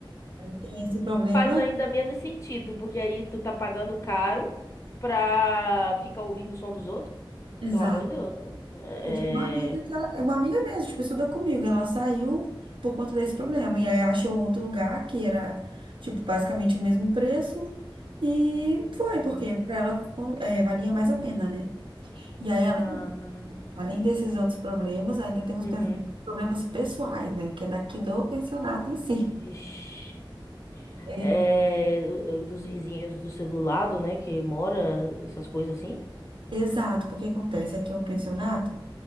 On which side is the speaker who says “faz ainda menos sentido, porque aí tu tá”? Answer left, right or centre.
Left